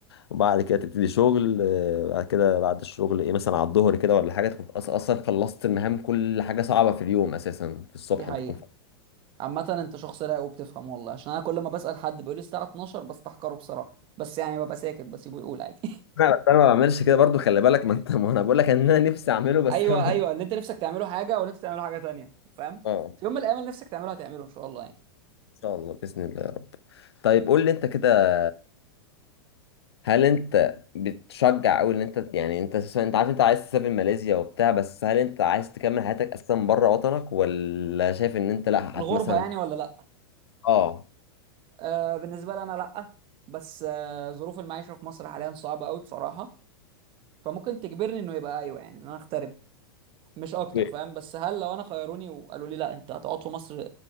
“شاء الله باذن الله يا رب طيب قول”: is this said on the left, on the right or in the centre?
Left